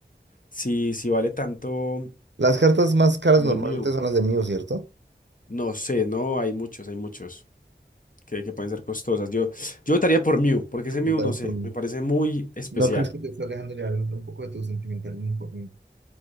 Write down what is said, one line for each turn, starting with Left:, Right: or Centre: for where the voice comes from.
Left: Si, si vale tanto
Right: Las cartas más caras
Left: como
Right: normalmente
Left: el mío.
Right: son las de Mew, ¿cierto?
Left: No sé, no, hay muchos, hay muchos que, que pueden ser costosas. Yo, yo votaría por Mew, porque ese
Right: Votarás
Left: Mew, no sé,
Right: por mí.
Left: me parece muy especial.
Right: ¿No crees que te estás dejando llevar un poco de tu sentimentalismo por mí?